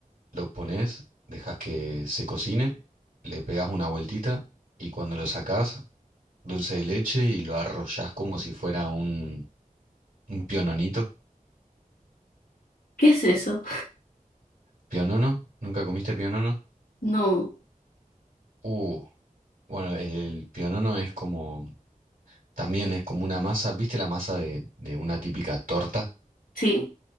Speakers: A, on the right; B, on the left.
A: lo pones, dejas que se cocine, le pegas una vueltita y cuando lo sacás dulce de leche y lo arrollás como si fuera un, un piononito.
B: ¿Qué es eso?
A: ¿Pionono? ¿Nunca comiste pionono?
B: No,
A: Uh, bueno, el pionono es como, también es como una masa, ¿viste la masa de, de una típica torta?
B: sí,